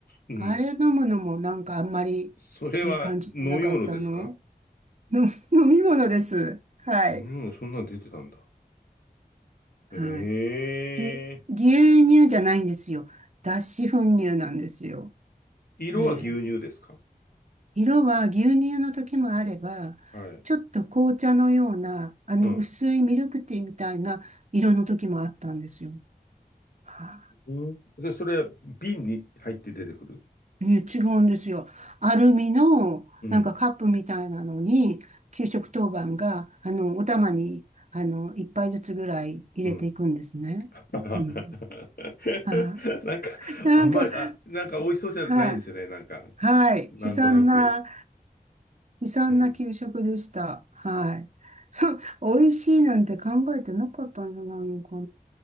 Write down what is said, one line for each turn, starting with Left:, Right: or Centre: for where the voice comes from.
Left: うん
Right: あれ飲むのもなんかあんまりいい感じじゃなかったの。
Left: それは、ノ用炉ですか
Right: の飲み物です。はい。
Left: ノ用炉そんなん出てたんだ。
Right: はい。
Left: ええ。
Right: ぎ、牛乳じゃないんですよ。脱脂粉乳なんですよ。
Left: 色は牛乳ですか
Right: はい。色は牛乳の時もあれば、
Left: はい。
Right: ちょっと紅茶のような、あの薄いミルクティーみたいな色の時もあったんですよ。
Left: うん。
Right: は
Left: うん。で、それ、瓶に入って出てくる。
Right: い、いや違うんですよ。アルミのなんかカップみたいなのに、
Left: うん。
Right: 給食当番が、あの、お玉に、あの、一杯ずつぐらい入れていくんですね。
Left: うん。<laughs>
Right: うん。はい
Left: なんか、
Right: なんか、
Left: あんまり、あ、なんか美味しそうじゃないですよね。
Right: はい。
Left: なんか、
Right: はい。
Left: なんとなく。
Right: 悲惨な悲惨な給食でした。
Left: うん。
Right: はい。そう、美味しいなんて考えてなかったんじゃないのか